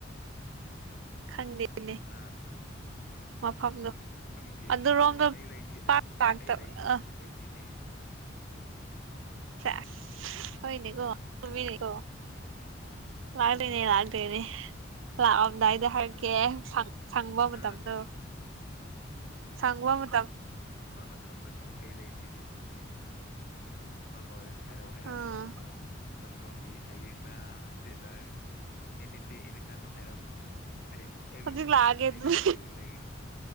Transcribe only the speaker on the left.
ꯍꯥ
ꯈꯪꯗꯦ
ꯈꯪꯂꯁꯨ ꯑꯩ ꯂꯩꯁꯤ
ꯑꯩ ꯂꯩ
ꯂꯩꯁꯤꯗꯤ
ꯀꯩꯅꯣ
ꯅꯪꯅ
ꯈꯪ
ꯃꯥ ꯃꯥ ꯈꯪꯗꯁꯨ ꯑꯩ ꯂꯩꯁꯤꯗꯤ ꯁꯤꯗꯤ ꯑ ꯍꯣꯏ ꯍꯥꯏꯔꯥꯎ ꯍꯥꯏꯔꯥꯎꯗꯪ
ꯁꯃꯨ ꯃꯇꯝꯗꯣ ꯍꯌꯦꯡꯗ ꯍꯟꯆꯦꯠ ꯑꯦꯅꯤꯗꯦ ꯑꯦꯅꯤ ꯇꯥꯏꯝ ꯑꯗꯨꯝ ꯍꯥꯏꯔꯛꯣ
ꯔꯦꯗꯤ ꯑꯣꯏꯔꯒ ꯂꯩꯒꯦ